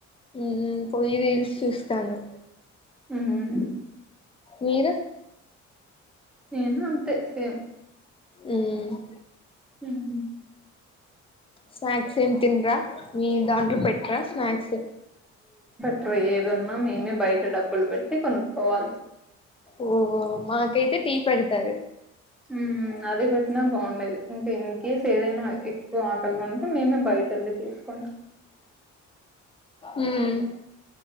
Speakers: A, on the left; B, in the centre.
A: మ్మ్ పోయి రీల్ చూస్తాను
B: ఉమ్మ్
A: మీరు
B: నేనూ అంతే సేమ్
A: ఊమ్మ్ య
B: హ్మ్మ్
A: స్నాక్స్ ఏం తినరా మీ దాంట్లో పెట్ట్రా స్నాక్స్
B: ట్రు ఏదున్నా మేమే బయట డబ్బులు పెట్టి కొనుక్కోవాలి
A: ఓ మాకైతే టీ పెడతారు
B: ఉమ్మ్ అది పెట్టినా బావుండేది ఇంకా ఇన్ కేస్ ఏదైనా ఎక్కువ ఆకలిగా ఉంటే మేమే బయటెళ్ళి తీసుకుం
A: ఉమ్మ్